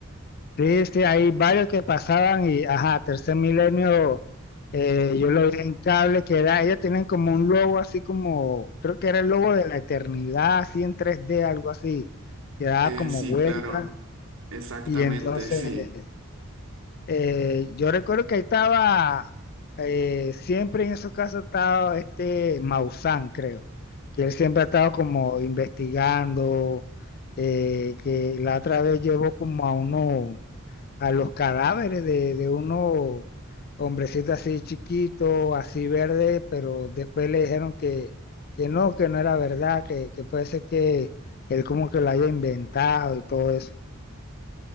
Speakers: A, on the left; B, on the right.
A: Sí, sí, hay varios que pasaban y, ajá, Tercer Milenio, eh, yo lo vi en cable, que era, ellos tienen como un logo así como, creo que era el logo de la eternidad, así en tres d algo así, que daba
B: Eh,
A: como
B: sí,
A: vuelta.
B: claro. Exactamente,
A: Y entonces,
B: sí.
A: eh, yo recuerdo que ahí estaba, eh, siempre en esos casos estaba este Maussan, creo, que él siempre ha estado como investigando, eh, que la otra vez llevó como a uno a los cadáveres de, de unos hombrecitos así chiquitos, así verde, pero después le dijeron que, que no, que no era verdad, que, que puede ser que él como que lo haya inventado y todo eso.